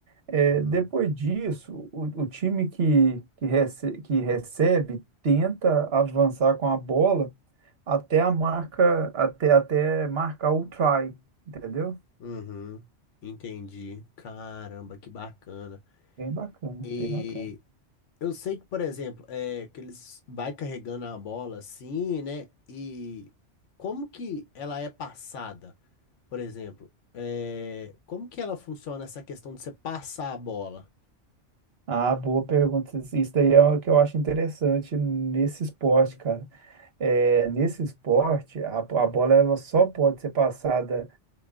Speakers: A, on the right; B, on the left.
A: É,
B: Uhum,
A: depois disso, o, o time que, que, rece- que recebe tenta avançar com a bola até a marca, até, até marcar o try, entendeu?
B: uhum, entendi. Caramba, que bacana.
A: Bem bacana,
B: E
A: bem bacana.
B: eu sei que, por exemplo, é que eles vai carregando a bola assim, né? E como que ela é passada? Por exemplo, é, como que ela funciona essa questão de você passar a bola?
A: Ah, boa pergunta. Isso isso daí é o que eu acho interessante nesse esporte, cara. É, nesse esporte, a, a bola ela só pode ser passada